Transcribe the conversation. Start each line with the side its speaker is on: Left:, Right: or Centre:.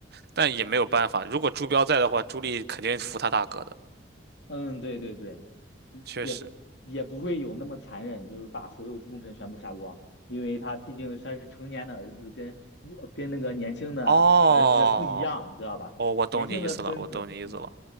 Right: 但也没有办法，如果朱标在的话，朱莉肯定服他大哥的，
Left: 嗯，对对对，也也也不会有那么残忍，
Right: 确实。
Left: 就是把所有忠臣全部杀光，因为他毕竟他是成年的儿子跟，我跟那个年轻的儿子不一样，
Right: 哦，
Left: 知道吧？
Right: 哦，我懂你意思了，
Left: 年轻的孙子，
Right: 我懂你意思了。
Left: 嗯